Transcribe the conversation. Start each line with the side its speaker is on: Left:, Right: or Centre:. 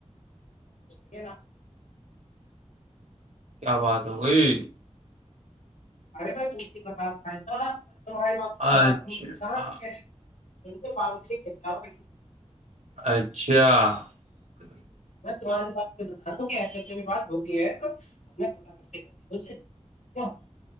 Left: ب نا <inaudible>
Right: کیا بات ہو گئی
Left: ارے بھائی کی باتسا ہاری بات
Right: اچھا
Left: کو بتا دے انسان کیسے <inaudible> سے کہہ جاؤ
Right: اچھا جی <inaudible>
Left: میں بات بتا رہا ہوں کہ ایسے ایسی بات ہوتی ہے ہماو